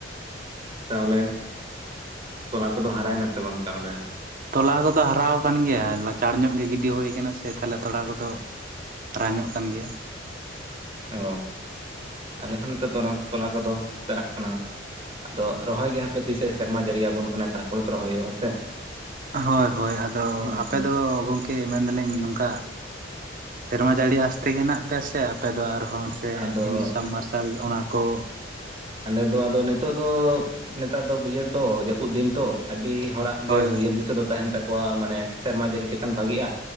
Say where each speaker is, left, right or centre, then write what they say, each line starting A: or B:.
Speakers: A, on the right; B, on the right.
A: ᱛᱟᱦᱞᱮ ᱛᱚᱞᱟ ᱠᱚᱫᱚ ᱦᱟᱨᱟᱭᱱᱟ ᱥᱮ ᱵᱟᱝ ᱛᱟᱦᱞᱮ
B: ᱛᱚᱞᱟ ᱠᱚᱫᱚ ᱦᱟᱨᱟᱣᱟᱠᱟᱱ ᱜᱮᱭᱟ ᱞᱟᱪᱟᱲ ᱧᱚᱜ ᱜᱮ ᱜᱤᱰᱤ ᱦᱩᱭ ᱟᱠᱟᱱᱟ ᱥᱮ ᱛᱟᱦᱞᱮ ᱛᱚᱲᱟ ᱠᱚᱫᱚ ᱦᱟᱨᱟ ᱧᱚᱜ ᱠᱟᱱ ᱜᱮᱭᱟ
A: ᱚ ᱟᱞᱮ ᱦᱚᱸ ᱱᱤᱛᱚᱜ ᱫᱚ ᱛᱚᱞᱟ ᱠᱚᱫᱚ ᱪᱟᱨᱟᱜ ᱠᱟᱱᱟ ᱟᱫᱚ ᱨᱚᱦᱚᱭ ᱜᱮ ᱦᱟᱯᱮ ᱛᱤᱥᱮ ᱥᱮᱨᱢᱟ ᱡᱟᱹᱲᱤᱭᱟᱵᱚᱱ ᱠᱟᱱᱟ ᱛᱟᱨᱯᱚᱨᱮ ᱛᱚ ᱨᱚᱦᱚᱭ ᱦᱩᱭᱩᱜ-ᱟ ᱥᱮ
B: ᱦᱳᱭ ᱦᱳᱭ ᱟᱫᱚ
A: ᱦᱩᱸ
B: ᱟᱯᱮ ᱫᱚ ᱜᱚᱝ ᱠᱤ ᱢᱮᱱᱫᱟᱞᱤᱧ ᱱᱚᱝᱠᱟ ᱥᱮᱨᱢᱟ ᱡᱟᱹᱲᱤ ᱟᱥᱛᱮ ᱜᱮ ᱦᱮᱱᱟᱜ ᱯᱮᱭᱟ ᱥᱮ ᱟᱯᱮ ᱫᱚ ᱟᱨᱦᱚᱸ ᱥᱮ
A: ᱟᱫᱚ
B: ᱢᱤᱱᱤ ᱥᱟᱵ ᱢᱟᱨᱥᱟᱞ ᱚᱱᱟ ᱠᱚ
A: ᱟᱞᱮ ᱫᱚ ᱟᱫᱚ ᱱᱤᱛᱚᱜ ᱫᱚ ᱱᱮᱛᱟᱨ ᱫᱚ ᱤᱭᱟᱹ ᱛᱚ ᱡᱟᱹᱯᱩᱫ ᱫᱤᱱ ᱛᱚ ᱟᱹᱰᱤ ᱦᱚᱲᱟᱜ
B: ᱦᱳᱭ
A: ᱜᱮ
B: ᱦᱳᱭ
A: ᱩᱭᱦᱟᱹᱨ ᱫᱤᱥᱟᱹ ᱫᱚ ᱛᱟᱦᱮᱱ ᱛᱟᱠᱚᱣᱟ ᱢᱟᱱᱮ ᱥᱮᱨᱢᱟ ᱡᱟᱹᱨᱤ ᱛᱮᱠᱷᱟᱱ ᱵᱷᱟᱜᱤᱜᱼᱟ